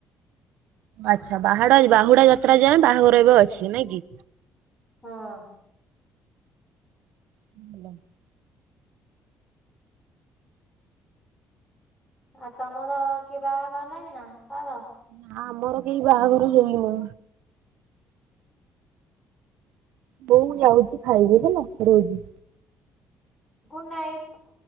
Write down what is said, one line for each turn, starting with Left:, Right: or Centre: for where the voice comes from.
Right: ଆଚ୍ଛା ବାହା ବାହୁଡା ଯାତ୍ରା ଯାଏ ବାହାଘର ଏବେ ଅଛି ନାଇଁ କି।
Left: ହଁ
Right: <inaudible>
Left: ଆଉ ତମର କିଏ ବାହାଘର ହେଲଣିି ନା କାର।
Right: ନା ଆମର କେହି ବାହାଘର ହେଇନୋଉ। ମୁ ଯାଉଛି ଖାଇବି ହେଲା ରହିଲି।
Left: Good night.